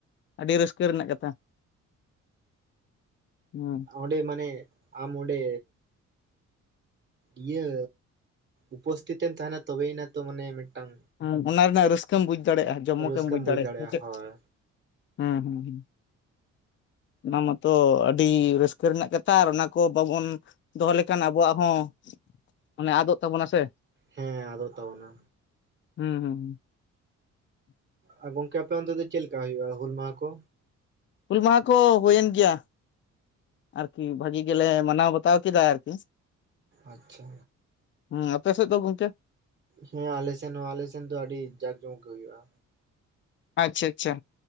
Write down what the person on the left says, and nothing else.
ᱟᱹᱰᱤ ᱨᱟᱹᱥᱠᱟᱹ ᱨᱮᱱᱟᱜ ᱠᱟᱛᱷᱟ ᱦᱩ᱾
ᱦᱩᱸ ᱚᱱᱟ ᱨᱮᱱᱟᱜ ᱨᱟᱹᱥᱠᱟᱹᱢ ᱵᱩᱡ ᱫᱟᱲᱮᱭᱟᱜᱼᱟ ᱡᱚᱢᱚᱠᱮᱢ
ᱵᱩᱡ
ᱫᱟᱲᱮᱭᱟᱜᱼᱟ ᱪᱮᱫ
ᱦᱩᱸ ᱦᱩᱸ ᱦᱩᱸ ᱚᱱᱟ ᱢᱟᱛᱚ ᱟᱹᱰᱤ ᱨᱟᱹᱥᱠᱟᱹ ᱨᱮᱱᱟᱜ ᱠᱟᱛᱷᱟ ᱟᱨ ᱚᱱᱟ ᱠᱚ ᱵᱟᱵᱚᱱ, ᱫᱚᱦᱚ ᱞᱮᱠᱷᱟᱱ ᱟᱵᱚᱣᱟᱜ ᱦᱚᱸ ᱟᱱᱮ ᱟᱫᱚᱜ ᱛᱟᱵᱚᱱᱟ ᱥᱮ᱾
ᱦᱩᱸ ᱦᱩᱸ ᱦᱩᱸ᱾ <unintelligible>
ᱦᱩᱞ ᱢᱟᱦᱟ ᱠᱚ ᱦᱩᱭᱮᱱ ᱜᱮᱭᱟ᱾ ᱟᱨᱠᱤ ᱵᱷᱟᱜᱤ ᱜᱮᱞᱮ ᱢᱟᱱᱟᱣ ᱵᱟᱛᱟᱣ ᱠᱮᱫᱟ ᱟᱨᱠᱤ᱾
ᱦᱩᱸ ᱟᱯᱮ ᱥᱮᱫ ᱫᱚ ᱜᱚᱝᱠᱮ?
ᱟᱪᱪᱷᱟ ᱟᱪᱪᱷᱟ